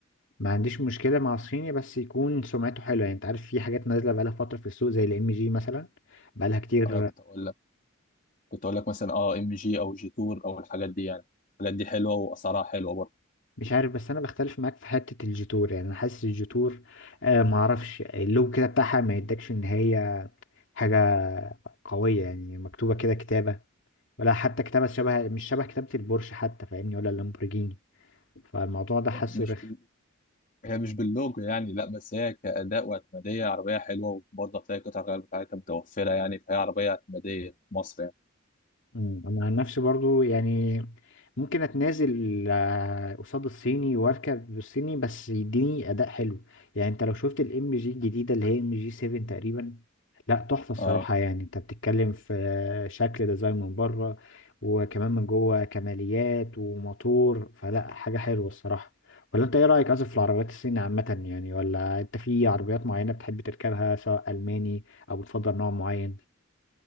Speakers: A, on the left; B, on the left.
A: ما عنديش مشكله مع الصيني بس يكون سمعته حلوه يعني انت عارف في حاجات نازله بقالها فتره في السوق زي الام جي مثلا بقالها كتير
B: انا كنت اقول لك كنت اقول لك مثلا اه ام جي او جي تور او الحاجات دي يعني الحاجات دي حلوه واسعارها حلوه برضه
A: مش عارف بس انا بختلف معاك في حته الجيتور يعني انا حاسس الجيتور آه معرفش اللوجو كده بتاعها ما يدكش ان هي حاجة قوية يعني مكتوبة كده كتابة ولا حتى كتابة شبه مش شبه كتابة البورش حتى فاهمني ولا اللامبورجيني فالموضوع ده حاسه
B: مش
A: رخم
B: بال... هي مش باللوجو يعني لا بس هي كاداء واعتماديه عربيه حلوه وبرضه هتلاقي قطع الغيار بتاعتها متوفره يعني فهي عربيه اعتماديه في مصر يعني
A: مم. انا عن نفسي برضو يعني ممكن اتنازل آه، قصاد الصيني واركب بالصيني بس يديني اداء حلو يعني انت لو شفت الام جي الجديده اللي هي ام جي 7 تقريبا لا تحفه الصراحه
B: اه,
A: يعني انت بتتكلم في آه، شكل ديزاين من بره وكمان من جوه كماليات وموتور فلا حاجه حلوه الصراحه ولا انت ايه رايك اصلا في العربيات الصينية عامه يعني ولا انت في عربيات معينه بتحب تركبها سواء الماني او بتفضل نوع معين